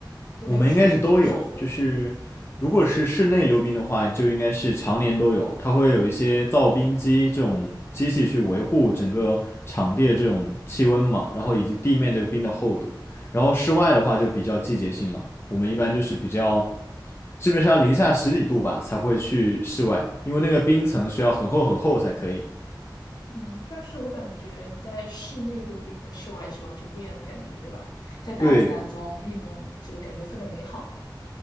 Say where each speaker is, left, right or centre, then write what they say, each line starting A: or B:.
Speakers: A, on the left; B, on the left.
A: 就没有体验过你所说的那种。
B: 我们应该是都有，就是如果是室内溜冰的话，就应该是常年都有，它会有一些造冰机这种机器去维护整个场地的这种气温嘛，然后以及地面这个冰的厚度。然后室外的话就比较季节性了，我们一般就是比较基本上零下十几度吧才会去室外，因为那个冰层需要很厚很厚才可以。
A: 嗯，但是我感觉你在室内溜冰跟室外是完全不一样的感觉，对吧？在大自然中运动，
B: 对。
A: 就感觉特别美好。